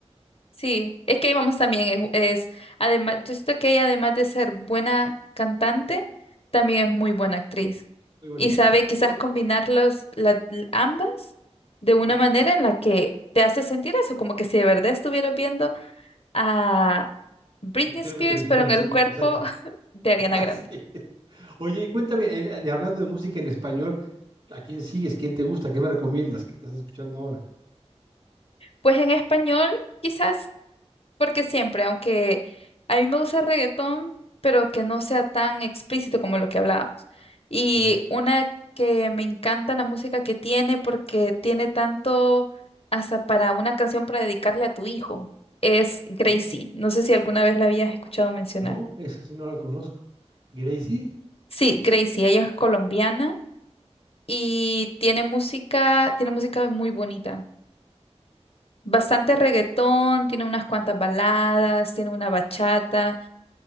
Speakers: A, on the left; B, on the right.
A: Sí, es que ahí vamos también, es, es además, yo siento que ella además de ser buena cantante, también es muy buena actriz
B: Muy buena
A: y
B: actriz.
A: sabe quizás
B: Uy,
A: combinarlos la- l- ambas de una
B: ujú,
A: manera en la que te hace sentir eso, como que si de verdad estuvieras viendo a Britney
B: Al intérprete
A: Spears,
B: original,
A: pero en
B: sí,
A: el cuerpo
B: exacto.
A: <laughs> de Ariana
B: <laughs>
A: Grande.
B: Sí. Oye, y cuéntame, eh, eh, hablando de música en español, ¿A quién sigues? ¿Quién te gusta? ¿Qué me recomiendas? ¿Qué estás escuchando ahora?
A: Pues en español, quizás Porque siempre, aunque a mí me gusta el reggaetón, pero que no sea tan explícito como lo que hablábamos. Y
B: Ajá.
A: una que me encanta la música que tiene, porque tiene tanto hasta para una canción para dedicarle a tu hijo, es Gracie.
B: Ujú.
A: No sé si alguna vez la habías escuchado mencionar.
B: No, esa sí no la conozco. Gracie,
A: Sí, Gracie, ella es colombiana y tiene música, tiene música muy bonita. Bastante reggaetón, tiene unas cuantas baladas, tiene una bachata.